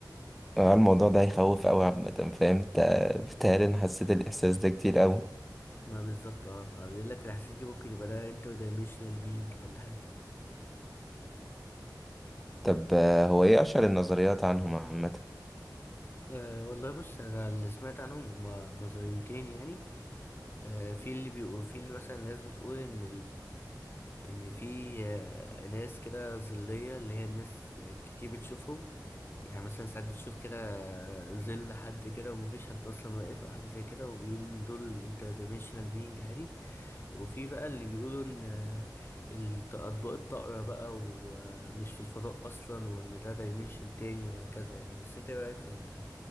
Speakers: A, in the centre; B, on the left.
A: اه الموضوع ده هيخوف أوي عامة فاهم؟ تا- بتهيألي أنا حسيت الإحساس ده كتير أوي
B: ما بالظبط اه فبيقول لك في الاحاسيس دي ممكن يبقى ده انتر دايمنشنال بينج ولا حاجه
A: طب آه، هو ايه اشهر النظريات عنهم عامه
B: أه والله بص انا اللي سمعت عنهم هما نظريتين يعني أه في اللي بيقول في اللي مثلا الناس بتقول ان ان في آه، ناس كده ظلية اللي هي الناس كتير بتشوفهم يعني مثلا ساعات بتشوف كده آه، ظل حد كده ومفيش حد اصلا واقف او حاجة زي كده وبيقول ان دول انتر دايمنشنال بينج عادي وفي بقى اللي بيقولوا ان آه، الط- اطباق الطائرة بقى ومش في الفضاء اصلا وان ده دايمنشن تاني وهكذا يعني بس انت ايه رأيك في ال-